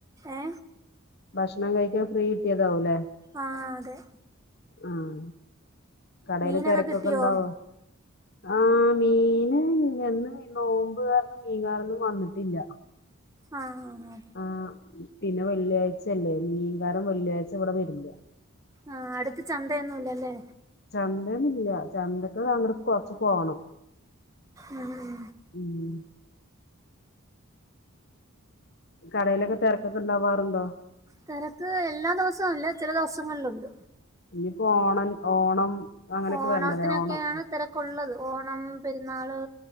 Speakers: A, on the right (about 15°); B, on the left (about 50°).
A: ഏ
B: ഭക്ഷണം കഴിക്കൻ ഫ്രീ കിട്ടിയതാവുംല്ലേ
A: ആ അതെ.
B: ആഹ കടയില്
A: മീനൊക്കെ
B: തിരക്കൊക്കെ
A: കിട്ടിയോ
B: ഇണ്ടാവോ ആഹ മീന് ഇന്ന് നോമ്പുകാരണം മീൻകാരന്നും വന്നിട്ടില്ല.
A: ആ ആ ആ
B: ആഹ് പിന്നെ വെള്ളിയാഴ്ചല്ലേ, മീൻകാരം വെള്ളിയാഴ്ച ഇവിടെ വരില്ല.
A: ആ അടുത്ത് ചന്തയൊന്നുംല്ലല്ലേ
B: ചന്തയൊന്നുല്ല, ചന്തക്കൊക്കെ അങ്ങോട്ട്‌ കൊറച്ചു പോണം.
A: ഉം ഉം
B: ഉം കടയിലൊക്കെ തിരക്കൊക്കെ ഉണ്ടാവാറുണ്ടോ
A: തിരക്ക് എല്ലാ ദിവസവും ഇല്ല, ചില ദിവസങ്ങളിലുണ്ട്.
B: ഇനിയിപ്പോ ഓണൻ ഓണം അങ്ങനെയൊക്കെ
A: ഓണത്തിനൊക്കെയാണ്
B: വരണല്ലേ ഓണം
A: തിരക്കുള്ളത് ഓണം പെരുന്നാള്